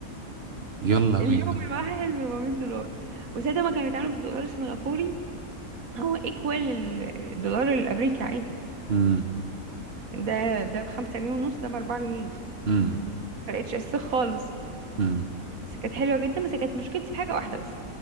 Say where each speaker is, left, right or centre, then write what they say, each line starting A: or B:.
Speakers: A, on the right; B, on the right.
A: يلا
B: اليوم
A: بينا
B: الواحد ب 400 دولار وساعتها ما كانوا بيتعاملوا بالدولار السنغافوري هو ايكوال الدولار الامريكي عادي
A: امم
B: ده ده بخمسة جنيه ونص ده بأربعة جنيه
A: امم
B: مم. فرقتش اساسا خالص
A: امم
B: بس كانت حلوة جدا بس كانت مشكلتي في حاجة واحدة بس